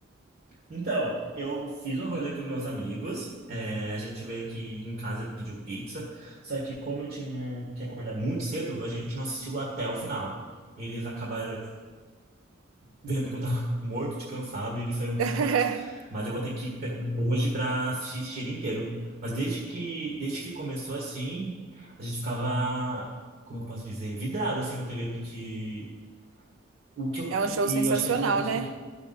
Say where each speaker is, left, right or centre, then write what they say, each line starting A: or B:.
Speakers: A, on the right; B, on the right.
A: Então, eu fiz um rolê com os meus amigos. é, a gente veio aqui em casa e pediu pizza. Só que como eu tinha que acordar muito cedo, a gente não assistiu até o final. Eles acabaram vendo que eu tava <laughs> morto de cansado e eles saíram um pouquinho
B: <laughs>
A: antes. Mas eu vou ter que pegar hoje pra assistir ele inteiro. Mas desde que, desde que começou assim, a gente ficava, como que eu posso dizer, vidrado assim na TV, porque o que eu,
B: É um show
A: e
B: sensacional,
A: eu acho que até uma coisa
B: né?
A: que eu